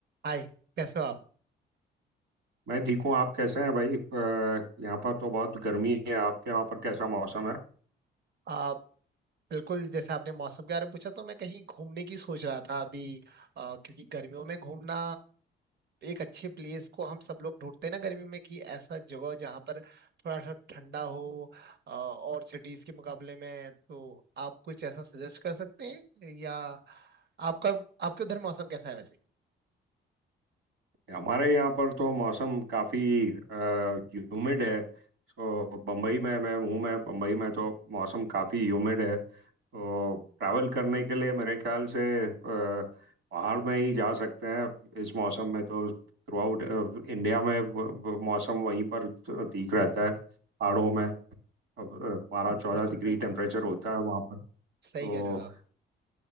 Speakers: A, on the right; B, on the right.
A: हाय कैसे हो आप
B: मैं ठीक हूँ आप कैसे हैं भाई अ, यहाँ पर तो बहुत गर्मी है आपके वहाँ पर कैसा मौसम है
A: आप बिल्कुल जैसे आपने मौसम के बारे में पूछा तो मैं कहीं घूमने की सोच रहा था अभी अ, क्योंकि गर्मियों में घूमना एक अच्छे प्लेस को हम सब लोग ढूंढते हैं ना गर्मी में कि ऐसा जगह जहाँ पर थोड़ा सा ठंडा हो अ, और सिटीज के मुकाबले में तो आप कुछ ऐसा सजेस्ट कर सकते हैं या आपका आपके उधर मौसम कैसा है वैसे
B: हमारे यहाँ पर तो मौसम काफ़ी ह्यूमिड है तो बम्बई में मैं हूँ मैं बम्बई में तो मौसम काफ़ी ह्यूमिड है तो ट्रैवल करने के लिए मेरे ख्याल से अ, पहाड़ में ही जा सकते हैं इस मौसम में तो थ्रू आउट इंडिया में व- व- मौसम वहीं पर ठीक रहता है पहाड़ों में बारह चौदह
A: बिल्कुल
B: डिग्री
A: बिल्कुल
B: टेम्परेचर होता है वहाँ पर तो
A: सही कह रहे हो आप